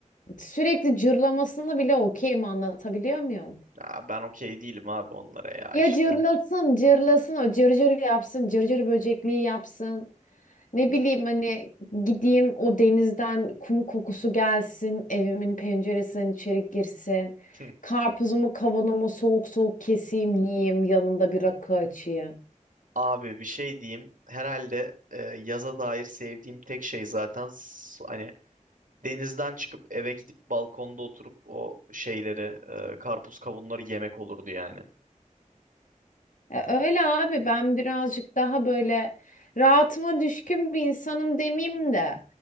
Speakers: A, on the left; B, on the right.
A: sürekli cırlamasını bile okeyim anlatabiliyor muyum?
B: Ya ben okey değilim abi onlara ya
A: Ya
B: işte.
A: cırlasın, cırlasın, o cırcır yapsın, cırcır böcekliği yapsın. Ne bileyim hani gideyim o denizden kum kokusu gelsin, evimin penceresinden içeri girsin.
B: <laughs>
A: Karpuzumu, kavanomu soğuk soğuk keseyim, yiyeyim, yanında bir rakı açayım.
B: Abi bir şey diyeyim. Herhalde e, yaza dair sevdiğim tek şey zaten s- hani Denizden çıkıp eve gidip balkonda oturup o şeyleri, e, karpuz kavunları yemek olurdu yani.
A: E, öyle abi ben birazcık daha böyle rahatıma düşkün bir insanım demeyeyim de.